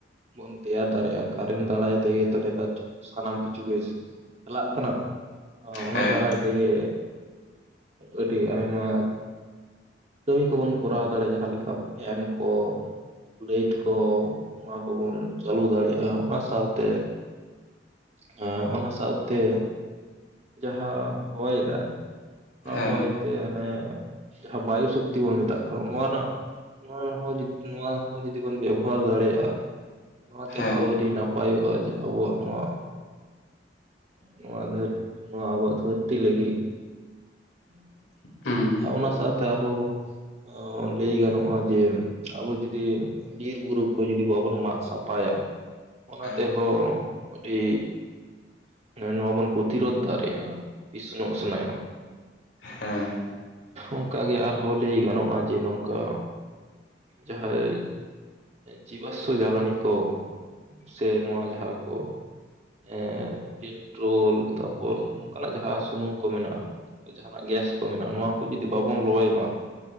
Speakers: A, on the right; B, on the left.
A: ᱵᱚᱱ ᱛᱮᱭᱟᱨ ᱫᱟᱲᱮᱭᱟᱜᱼᱟ ᱠᱟᱨᱮᱱ ᱫᱟᱨᱟᱭ ᱛᱮᱜᱮ ᱛᱚ ᱱᱮᱛᱟᱨ ᱥᱟᱱᱟᱢ ᱠᱤᱪᱷᱩ ᱜᱮ ᱪᱟᱞᱟᱜ ᱠᱟᱱᱟ ᱚᱱᱟ
B: ᱦᱮᱸ
A: ᱫᱟᱨᱟᱭ ᱛᱮᱜᱮ ᱟᱹᱰᱤ ᱟᱭᱢᱟ ᱠᱟᱹᱢᱤ ᱠᱚᱵᱚᱱ ᱠᱚᱨᱟᱣ <unintelligible> ᱡᱟᱦᱟᱸ ᱞᱮᱠᱟ ᱯᱷᱮᱱ ᱠᱚ, ᱞᱟᱹᱭᱤᱴ ᱠᱚ, ᱱᱚᱣᱟ ᱠᱚᱵᱚᱱ ᱪᱟᱹᱞᱩ ᱫᱟᱲᱮᱭᱟᱜᱼᱟ᱾ ᱚᱱᱟ ᱥᱟᱶᱛᱮ ᱦᱮᱸ ᱚᱱᱟ ᱥᱟᱶᱛᱮ, ᱡᱟᱦᱟᱸ ᱦᱚᱭ ᱫᱟᱭ ᱚᱱᱟ
B: ᱦᱮᱸ
A: ᱦᱚᱭ ᱛᱮ ᱦᱟᱱᱮ ᱡᱟᱦᱟᱸ ᱵᱟᱭᱩ ᱥᱚᱠᱛᱤ ᱵᱚᱱ ᱢᱮᱛᱟᱜ ᱠᱟᱱᱟ᱾ ᱱᱚᱣᱟ ᱨᱮᱱᱟᱜ ᱱᱚᱣᱟ ᱦᱚᱸ <unintelligible> ᱱᱚᱣᱟ ᱦᱚᱸ ᱡᱩᱫᱤ ᱵᱚᱱ ᱵᱮᱵᱚᱦᱟᱨ ᱫᱟᱲᱮᱭᱟᱜᱼᱟ᱾ ᱱᱚᱣᱟ ᱛᱮᱦᱚᱸ
B: ᱦᱮᱸ
A: ᱟᱹᱰᱤ ᱱᱟᱯᱟᱭᱚᱜᱼᱟ ᱡᱟᱷᱟ ᱟᱵᱚᱣᱟᱜ ᱱᱚᱣᱟ ᱱᱚᱣᱟ ᱫᱦᱟᱹᱨ ᱱᱚᱣᱟ ᱟᱵᱚᱣᱟᱜ ᱫᱷᱟᱹᱨᱛᱤ ᱞᱟᱹᱜᱤᱫ᱾ <inaudible>
B: ᱦᱩᱸ
A: ᱟᱨ ᱚᱱᱟ ᱥᱟᱶᱛᱮ ᱟᱨᱦᱚᱸ ᱚᱻ ᱞᱟᱹᱭ ᱜᱟᱱᱚᱜᱼᱟ ᱡᱮ ᱟᱵᱚ ᱡᱩᱫᱤ ᱵᱤᱨ ᱵᱩᱨᱩ ᱠᱚ ᱡᱩᱫᱤ ᱵᱟᱵᱚᱱ ᱢᱟᱜ ᱥᱟᱯᱷᱟᱭᱟ᱾ ᱚᱱᱟ
B: ᱦᱮᱸ
A: ᱛᱮᱦᱚᱸ ᱟᱹᱰᱤ ᱱᱚᱣᱟ ᱵᱚᱱ ᱯᱨᱚᱛᱤᱨᱳᱫᱷ ᱫᱟᱲᱮᱭᱟᱜᱼᱟ᱾ ᱤᱥᱱᱚᱜ ᱥᱱᱟᱭ
B: ᱦᱮᱸ
A: ᱚᱱᱠᱟ ᱟᱨᱦᱚᱸ ᱞᱟᱹᱭ ᱜᱟᱱᱚᱜ -ᱟ ᱡᱮ ᱱᱚᱝᱠᱟ ᱡᱟᱦᱟᱸᱭ ᱡᱤᱵᱟᱥᱥᱚ ᱡᱟᱞᱟᱱᱤ ᱠᱚ ᱥᱮ ᱱᱚᱣᱟ ᱡᱟᱦᱟᱸ ᱠᱚ ᱮᱻ ᱯᱮᱴᱨᱳᱞ ᱛᱟᱨᱯᱚᱨ ᱱᱚᱝᱠᱟᱱᱟᱜ ᱡᱟᱦᱟᱸ ᱥᱩᱱᱩᱢ ᱠᱚ ᱢᱮᱱᱟᱜᱼᱟ᱾ ᱡᱟᱦᱟᱱᱟᱜ ᱜᱮᱥ ᱠᱚ ᱢᱮᱱᱟᱜᱼᱟ ᱱᱚᱣᱟ ᱠᱚ ᱡᱩᱫᱤ ᱵᱟᱵᱚᱱ ᱞᱚᱭ ᱢᱟ᱾